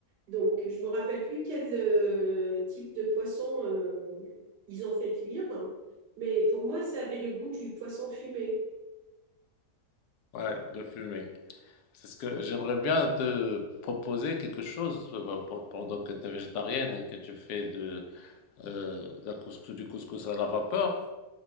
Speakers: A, on the right (about 85°); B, on the left (about 75°).
A: Donc, je me rappelle plus quel euh, type de poisson euh, ils ont fait cuire, mais pour moi, ça avait le goût du poisson fumé.
B: Ouais, le fumet. C'est ce que j'aimerais bien te proposer quelque chose euh, pe- pendant que tu es végétarienne et que tu fais de, euh, de la couscous- du couscous à la vapeur.